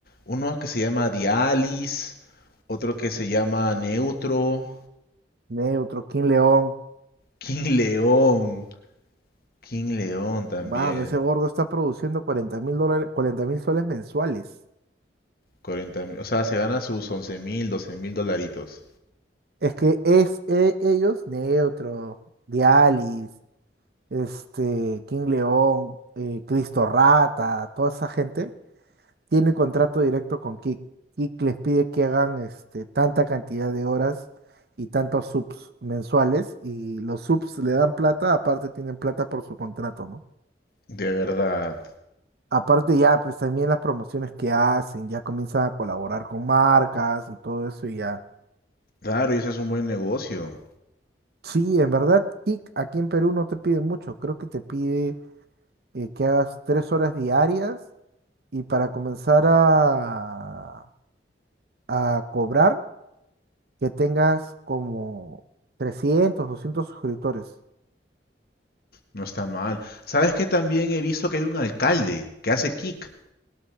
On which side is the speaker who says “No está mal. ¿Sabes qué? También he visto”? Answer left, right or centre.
Left